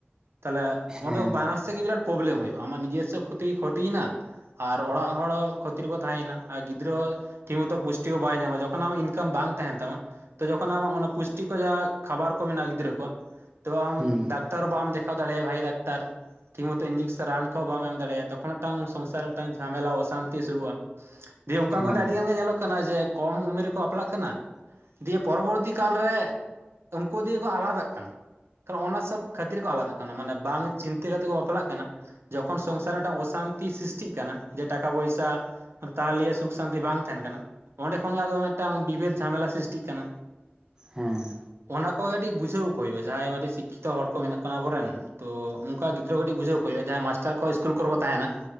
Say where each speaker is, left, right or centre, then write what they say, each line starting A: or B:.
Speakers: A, on the right (about 85°); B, on the right (about 20°).
A: ᱛᱟᱦᱚᱞᱮ
B: ᱦᱮᱸ
A: ᱚᱸᱰᱮ ᱵᱟᱱᱟᱨ ᱥᱮᱫ ᱜᱮ ᱯᱨᱚᱵᱽᱞᱮᱢ ᱦᱩᱭᱩᱜᱼᱟ ᱟᱢᱟᱜ ᱱᱤᱡᱮᱨ ᱥᱮᱜ ᱠᱷᱚᱛᱤ ᱠᱷᱚᱛᱤᱭᱮᱱᱟ, ᱟᱨ ᱚᱲᱟᱜ ᱦᱚᱲ ᱠᱷᱚᱛᱤᱨ ᱠᱚ ᱛᱟᱦᱮᱸᱭᱮᱱᱟ ᱟᱨ ᱜᱤᱫᱽᱨᱟᱹ ᱦᱚ ᱴᱷᱤᱠ ᱢᱚᱛᱚ ᱯᱩᱥᱴᱤ ᱠᱚ ᱵᱟᱭ ᱧᱟᱢᱟ ᱡᱚᱠᱷᱚᱱ ᱟᱢ ᱤᱱᱠᱟᱢ ᱵᱟᱝ ᱛᱟᱦᱮᱱ ᱛᱟᱢᱟ, ᱛᱚ ᱡᱚᱠᱷᱚᱱ ᱟᱢᱟᱜ ᱚᱱᱟ ᱯᱩᱥᱴᱤ ᱠᱚ ᱡᱟᱦᱟᱸ ᱠᱷᱟᱵᱟᱨ ᱠᱚ ᱢᱮᱱᱟᱜᱼᱟ ᱜᱤᱫᱽᱨᱟᱹ ᱠᱚᱣᱟᱜ, ᱛᱚ ᱟᱢ
B: ᱦᱮᱸ
A: ᱰᱟᱠᱛᱟᱨ ᱵᱟᱢ ᱫᱮᱠᱷᱟᱣ ᱫᱟᱲᱮᱭᱟᱜᱼᱟ ᱵᱷᱟᱜᱤ ᱰᱟᱠᱛᱟᱨ, ᱤᱧᱡᱮᱠᱥᱮᱱ ᱨᱟᱱ ᱠᱚᱦ ᱵᱟᱢ ᱮᱢ ᱫᱟᱲᱮᱭᱟᱜᱼᱟ ᱛᱚᱠᱷᱚᱱ ᱢᱤᱫᱴᱟᱝ ᱥᱚᱝᱥᱟᱨ ᱢᱤᱫᱴᱟᱝ ᱡᱷᱟᱢᱮᱞᱟ ᱚᱥᱟᱱᱛᱤ ᱥᱩᱨᱩᱜᱼᱟ, ᱫᱤᱭᱮ ᱚᱱᱠᱟ
B: ᱦᱮᱸ
A: ᱚᱱᱠᱟ ᱫᱚ ᱟᱹᱰᱤ ᱜᱟᱱ ᱜᱮ ᱧᱮᱞᱚᱜ ᱠᱟᱱᱟ ᱡᱮ ᱠᱚᱢ ᱩᱢᱮᱨ ᱨᱮᱠᱚ ᱵᱟᱯᱞᱟᱜ ᱠᱟᱱᱟ ᱫᱤᱭᱮ ᱯᱚᱨᱚᱵᱚᱨᱛᱤ ᱠᱟᱞ ᱨᱮ ᱩᱱᱠᱩ ᱫᱤᱭᱮ ᱠᱚ ᱟᱞᱟᱫᱟᱜ ᱠᱟᱱᱟ, ᱚᱱᱟ ᱥᱚᱵ ᱠᱷᱟᱹᱛᱤᱨ ᱠᱚ ᱟᱞᱟᱜ ᱠᱟᱱᱟ ᱢᱟᱱᱮ ᱵᱟᱝ ᱪᱤᱱᱛᱟᱹ ᱠᱟᱛᱮ ᱠᱚ ᱯᱟᱞᱟᱜ ᱠᱟᱱᱟ ᱡᱚᱠᱷᱚᱱ ᱥᱚᱝᱥᱟᱨ ᱨᱮᱱᱟᱜ ᱢᱤᱫᱴᱟᱝ ᱚᱥᱟᱱᱛᱤ ᱥᱨᱤᱥᱴᱤᱜ ᱠᱟᱱᱟ ᱡᱮ ᱴᱟᱠᱟ ᱯᱚᱭᱥᱟ ᱟᱨ ᱛᱟᱦᱚᱞᱮ ᱥᱩᱠ ᱥᱟᱱᱛᱤ ᱵᱟᱝ ᱛᱟᱦᱮᱱ ᱠᱟᱱᱟ ᱚᱸᱰᱮ ᱠᱷᱚᱱ ᱜᱮ ᱟᱫᱚ ᱢᱤᱫᱴᱟᱝ ᱵᱤᱵᱷᱮᱫ ᱡᱷᱟᱢᱮᱞᱟ ᱥᱨᱤᱥᱴᱤᱜ ᱠᱟᱱᱟ,
B: ᱦᱮᱸ
A: ᱚᱱᱟ ᱠᱚ ᱠᱟᱹᱴᱤᱡ ᱵᱩᱡᱷᱟᱹᱣ ᱠᱚ ᱦᱩᱭᱩᱜᱼᱟ ᱡᱟᱦᱟᱸᱭ ᱢᱤᱫᱴᱤᱡ ᱥᱤᱠᱠᱷᱤᱛᱚ ᱦᱚᱲ ᱠᱚ ᱢᱮᱱᱟᱜ ᱠᱚᱣᱟ ᱟᱵᱚᱨᱮᱱ ᱛᱚ ᱚᱱᱠᱟ ᱜᱤᱫᱽᱨᱟᱹ ᱴᱤᱡ ᱵᱩᱡᱷᱣᱼᱟᱭ ᱢᱟᱥᱴᱟᱨ ᱠᱚ ᱤᱥᱠᱩᱞ ᱠᱚᱨᱮ ᱠᱚ ᱛᱟᱦᱮᱱᱟ